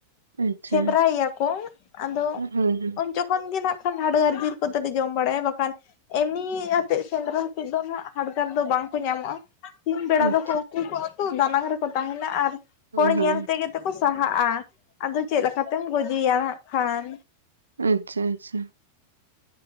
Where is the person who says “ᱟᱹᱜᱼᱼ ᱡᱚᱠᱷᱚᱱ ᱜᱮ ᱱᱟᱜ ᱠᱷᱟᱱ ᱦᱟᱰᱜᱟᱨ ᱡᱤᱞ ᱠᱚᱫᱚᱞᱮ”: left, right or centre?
Left